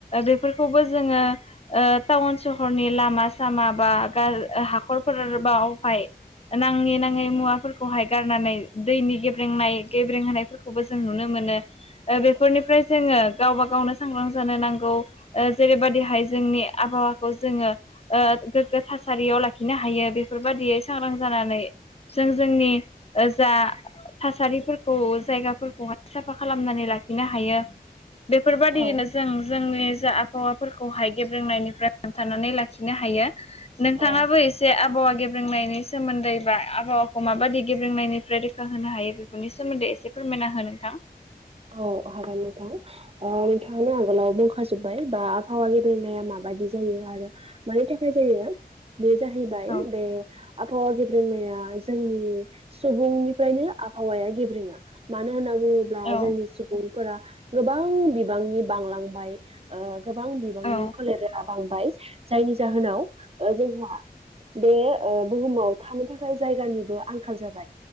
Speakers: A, on the left; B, on the right.
A: बेफोरखौबो जोङो ओ टाउन सहरनि लामा सामा बा गार ओ हाखर न'खरफोर बावहाय नाङै नाङै मुवाफोरखौहाय गारनानै दैनि गेब्रेंनाय गेब्रेंहोनायफोरखौबो जों नुनो मोनो। मोनो बेफोरनिफ्राय जोङो गावबा गावनो सांग्रां जानो नांगौ। जेरैबायदिहाय जोंनि आबहावाखौ जोङो ओ गोग्गो थासारियाव लाखिनो हायो बेफोरबा थियै सांग्रां जानानै जों जोंनि जा थासारिफोरखौ जायगाफोरखौहाय साफा खालामनानै लाखिनो हायो। बेफोर बायदियैनो
B: औ
A: जों जोंनि ओजा आबाहावाफोरखौहाय गेब्रेंनायनिफ्राय हमथानानै लाखिनो हायो। नोंथाङाबो
B: औ औ
A: एसे आबहावा गेब्रेंनायनि सोमोन्दै बा आबहावा खौ माबादि गेब्रेंनायनिफ्राय रोखा होनो हायो बेफोरनि सोमोन्दै एसे फोरमायना हो नोंथां।
B: औ हागोन नोंथां ‌। ओ नोंथां आगोलाव बुंखाजोब्बाय बा आबहावा गे बेेंनाया माबादि जायो आरो मानि थाखाय
A: <inaudible>
B: जायो <inaudible> बे जाहैबाय
A: औ
B: बे आबहावा गेब्रेंनाया जोंनि सुबुंनिफ्रायनो आबहावाया गेब्रेङा मानो होनना बुङोब्ला
A: औ
B: जोंनि सुबुं फोरा गोबां बिबांनि बांलांबाय ओ गोबां बिबांनि
A: औ
B: फोलेरा बांबाय जायनि जाहोनाव ओ जोंहा बे ओ बुहुमाव थानो थाखाय जायगानिबो आंखाल जाबाय